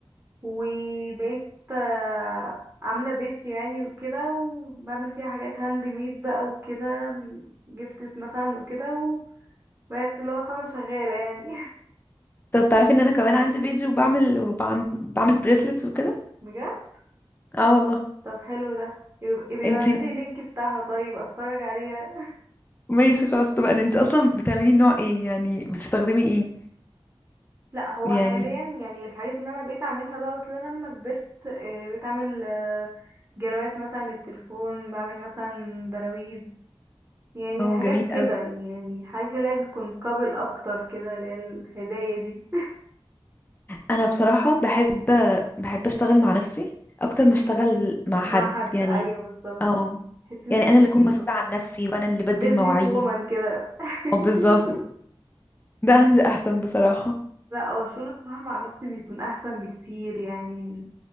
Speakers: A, on the right; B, on the left.
A: وبقيت آه، عاملة بيت يعني وكده وبعمل فيها حاجات هاند ميد بقى وكده جفتس مثلا وكده وبقيت اللي هو فاهمة شغالة يعني
B: طب تعرفي ان انا كمان عندي بيجي وبعمل وبعن... بعمل بريسلتس وكده
A: <laughs> بجد
B: اه والله
A: طب حلو ده يبقى يبقى
B: انت
A: يبعتيلي اللينك بتاعها طيب اتفرج عليها
B: ماشي خلاص طب انا انت اصلا بتعملي نوع ايه يعني بتستخدمي ايه
A: لا هو
B: يعني
A: حاليا يعني الحاجات اللي انا بقيت اعملها بقى كده لما كبرت آه، بقيت اعمل آه، جروات مثلا للتليفون بعمل مثلا براويز يعني
B: اه
A: حاجات
B: جميل
A: كده
B: قوي
A: يعني حاجات اللي هي بتكون قابل اكتر كده اللي هي الهدايا دي
B: انا بصراحه بحب بحب اشتغل مع نفسي اكتر ما اشتغل مع
A: <laughs> مع
B: حد
A: حد
B: يعني
A: ايوه بالظبط
B: اه
A: تحسي انك
B: يعني انا
A: انتي
B: اللي اكون مسؤوله عن نفسي وانا اللي
A: بيزنس
B: بدي المواعيد
A: وومن كده
B: اه بالظبط
A: <laughs>
B: ده عندي احسن بصراحه
A: لا هو الشغل بصراحة مع نفسي بيكون أحسن بكتير يعني